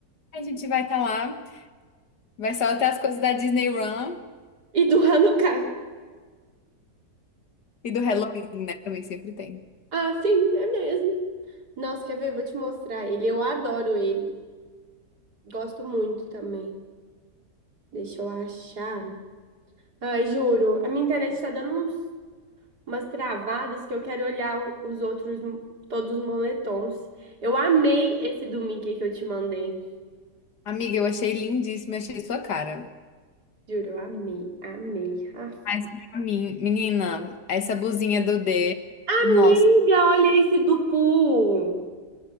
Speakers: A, on the left; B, on the right.
A: A gente vai estar lá. Vai só até as coisas da Disney Run
B: E do Hanukkah.
A: e do Halloween, né? Também sempre tem.
B: Ah, sim, é mesmo. Nossa, quer ver? Vou te mostrar ele. Eu adoro ele. Gosto muito também. Deixa eu achar. Ai, juro, a minha internet tá dando uns, umas travadas que eu quero olhar o- os outros, mo- todos os moletons. Eu amei esse do Mickey que eu te mandei.
A: Amiga, eu achei lindíssima, achei sua cara.
B: Juro, eu amei, amei. Ah,
A: Mas pra mim, menina, essa blusinha do D,
B: Amiga,
A: nossa,
B: olha esse do Poo.